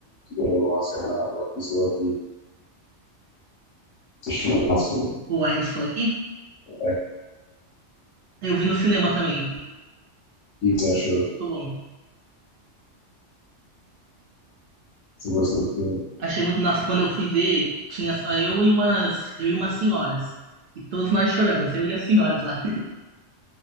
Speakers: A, on the left; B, on the right.
A: que ganhou o Oscar lá, uma pessoa que assistiu esse filme.
B: O Ainda Estou Aqui,
A: né? O
B: eu vi no cinema também,
A: que você achou?
B: muito bom.
A: Você gostou do filme?
B: Achei muito, nossa, quando eu fui ver, tinha só eu e umas, eu e umas senhoras. E todos nós choramos, eu e as senhoras lá.